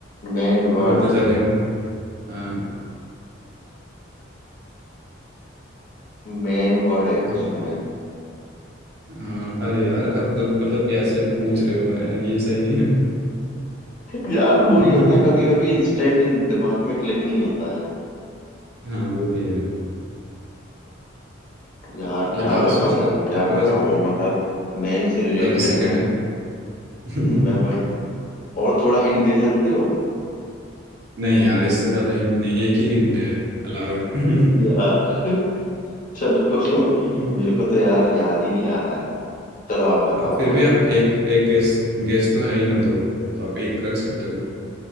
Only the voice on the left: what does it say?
Man word
मैन वर्ड है उसमें
<laughs>
यार वो
ही होता है कभी कभी इंस्टेंट दिमाग में क्लिक नहीं होता है
यार क्या
बताऊं
क्या
बताऊं
मतलब मैन से रिलेटेड
है
मैं बस और थोड़ा हिंट दे सकते हो
यार <laughs> चलो
मेरे को तो यार याद ही नहीं आ रहा है चलो आप बताओ
यार